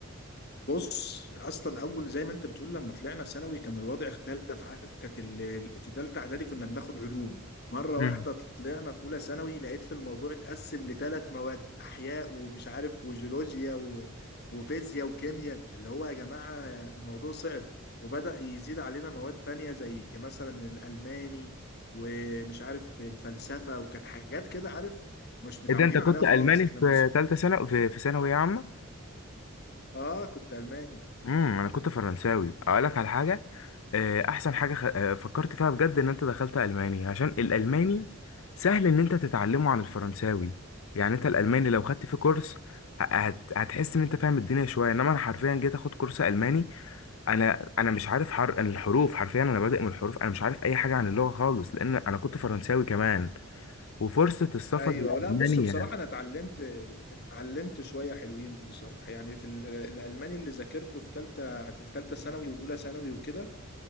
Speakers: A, on the left; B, on the left.
A: بص اصلا اول زي ما انت بتقول لما طلعنا ثانوي كان الوضع اختلف عارف كانت ال- ال- في ثالثه اعدادي كنا بناخد علوم مره
B: امم
A: واحده طلعنا في اولى ثانوي لقيت في الموضوع اتقسم لثلاث مواد احياء ومش عارف وجيولوجيا و... وفيزياء وكيمياء اللي هو يا جماعه الموضوع صعب وبدأ يزيد علينا مواد تانية زي مثلا الالماني ومش عارف الفلسفه وكانت حاجات كده عارف مش متعودين
B: إيه ده انت كنت
A: عليها
B: الماني
A: خالص احنا
B: في
A: من
B: تالتة سنة في في ثانوية عامة
A: اه كنت الماني
B: امم انا كنت فرنساوي اقول لك على حاجة آه، احسن حاجه خ... آه، فكرت فيها بجد ان انت دخلت الماني عشان الالماني سهل ان انت تتعلمه عن الفرنساوي يعني انت الالماني لو خدت فيه كورس ه- هت... هتحس ان انت فاهم الدنيا شويه انما انا حرفيا جيت اخد كورس الماني انا انا مش عارف حر... أنا الحروف حرفيا انا بادئ من الحروف انا مش عارف اي حاجه عن اللغه خالص لان انا كنت فرنساوي كمان وفرصه السفر
A: ايوه
B: لالمانيا
A: لا بص بصراحه انا اتعلمت اتعلمت شويه حلوين بصراحه يعني في ال- الالماني اللي ذاكرته في ثالثه في ثالثه ثانوي واولى ثانوي وكده